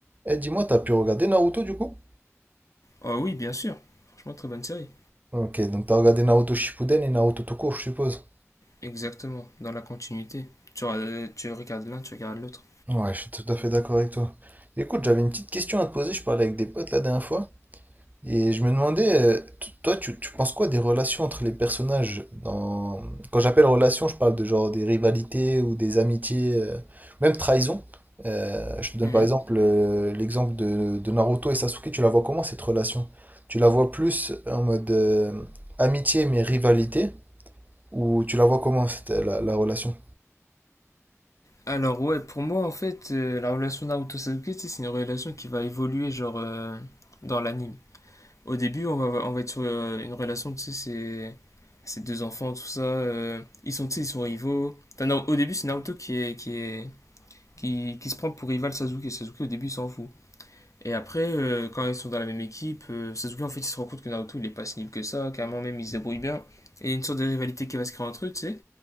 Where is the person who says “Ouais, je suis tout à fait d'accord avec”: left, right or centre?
Right